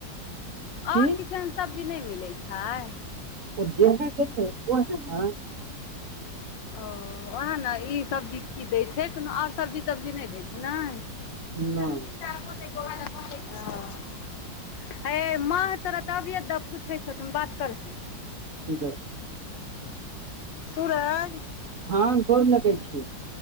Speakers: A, on the right; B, on the left.
A: की
B: ओर किछ अन सब्जी नय मिलै छैय
A: ओ जेह देतै ओहै नै
B: ओ ओएह ने ई सब्जी की दै छै कोनो ओर सब्जी तब्जी नय दै छै ने <inaudible>
A: नहि
B: हे माँ तोरा तबियत पूछै छौ तु बात कर हीन
A: की दऽ
B: सूरज
A: हँ गोर लगै छी